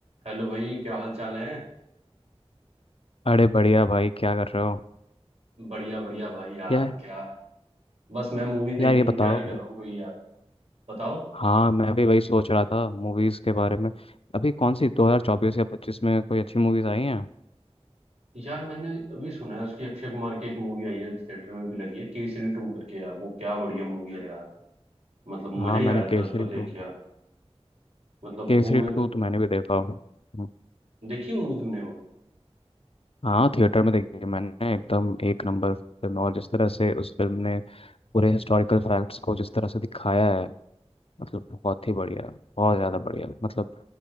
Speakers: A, on the right (about 85°); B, on the left (about 60°).
A: Hello भाई क्या हाल चाल है
B: अरे बढ़िया भाई क्या कर रहे हो
A: बढ़िया बढ़िया भाई यार
B: यार
A: क्या बस मैं मूवी देखने
B: यार ये
A: की
B: बताओ
A: तैयारी कर रहा हूँ कोई यार बताओ
B: हाँ मैं भी वही सोच रहा था मूवीज़ के बारे में अभी कौन सी 2024 या 25 में कोई अच्छी मूवीज़ आई हैं
A: यार मैंने अभी सुना है उसकी अक्षय कुमार की एक मूवी आई है थिएटर में भी लगी है केसरी टू करके यार वो क्या बढ़िया मूवी है यार मतलब
B: हाँ
A: मजा ही
B: मैंने
A: आ जाता
B: केसरी
A: है उसको देख
B: टू
A: के यार मतलब
B: केसरी
A: वो मैं
B: टू तो मैंने भी देखा हम्म,
A: देखी मूवी तुमने वो
B: हाँ थिएटर में देखी है मैंने एकदम एक नंबर फिल्म और जिस तरह से उस फिल्म ने पूरे हिस्टोरिकल फैक्ट्स को जिस तरह से दिखाया है मतलब बहुत ही बढ़िया बहुत ज़्यादा बढ़िया मतलब